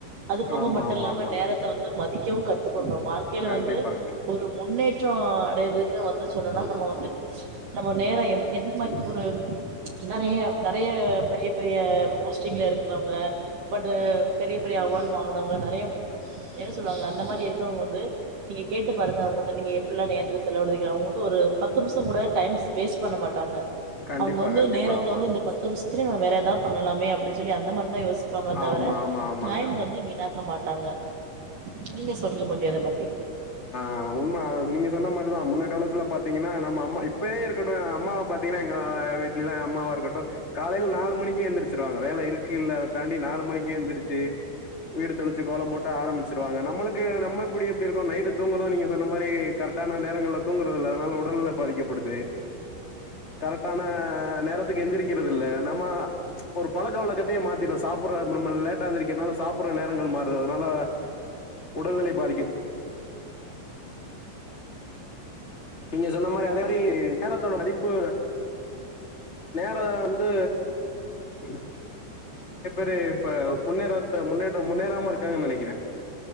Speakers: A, on the right (about 55°); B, on the left (about 20°).
A: அது போக
B: ஆமா
A: மட்டுல்லாம
B: ஆமா ஆமா ஆமா
A: நேரத்த வந்து மதி யூகத்து கோம் வாழ்கைல
B: கண்டிப்பாங்க
A: வந்து ஒரு முன்னே டோ அடையறதுக்கு வந்து சொன்னா நம்ம வந்து நம்ம நேரோ எ எந்த மாதிரி ஒரு நெறைய நெறைய பெரிய பெரிய போஸ்ட்டிங்ல இருக்கிறவங்க பட் பெரிய பெரிய அவார்டு வாங்கினவங்க நிறைய என்ன சொல்லுவாங்க அந்த மாதிரி இருக்கிறவங்க வந்து நீங்க கேட்டு பாருங்க அவங்கட்ட நீங்க எப்படிலா நேரத்த செலவுபடுத்துரீங்க அவங்க வந்து ஒரு பத்து நிமிஷம் கூட டைம்ஸ் வேஸ்ட் பண்ண மாட்டாங்க
B: கண்டிப்பா
A: அவங்க வந்து
B: கண்டிப்பா
A: நேரத்த
B: ஆமா
A: வந்து
B: ஆமா
A: இந்த பத்துனுமுஸ் திரி வேறத பண்ணலாமே அப்பிடி சொல்லி அந்த மாரிதா யோசிச்சு சிப்பாங்கள தவிர
B: ஆமா ஆமா ஆமாங்க
A: டைம்
B: ஆமாங்க
A: வந்து வீணாக்க மாட்டாங்க நீங்க சொல்லுங்க கொஞ்சம் இத பத்தி
B: ஆஹ் உண்மை நீங்க சொன்ன மாதிரிதா முன்ன காலத்துல பாத்தீங்கன்னா நம்ம அம்மாப்ப இப்பயே இருக்கட்டு அம்மாவை பாார்த்தீங்கன்னா எங்க வீட்டுல அம்மாவா இருக்கட்டு காலையில நாலு மணிக்கே எழுந்திரிச்சிருவாங்க வேல இருக்கு இல்லா அதாண்டி நாலு மணிக்கே எழுந்திரச்சு வீடு தெளிச்சு கோலம் போட்டு ஆரம்பிச்சிருவாங்க நம்மளுக்கு நம்ம இப்டி எப்படி துங்ரோ நீங்க சொன்ன மாதிரி கரெக்டான நேரங்கள தூங்கறத இல்ல அதனால உடல்நில பாதிக்கப்படுது கரெக்டான்ன நேரத்துக்கு எந்திரிக்க இருந்ததில்ல நம்ம ஒரு பழக்க வழக்கத்தயே மாத்திடோ சாப்பற <unintelligible> நம லேட்டா எந்திரிக்கரனால சாப்படுற நே ங்லம் மாறது அதனால உடல்நிலை பாதிக்க நீங்க சொன்ன மாதிரி அதே மாதிரி நேரத்தோட மதிப்பு நேர வந்து ங் றய பேரு இப்ப முன்னேற முன்னேற்றம் முன்னேறாம இரு கங்கனு நினைக்கிறேன்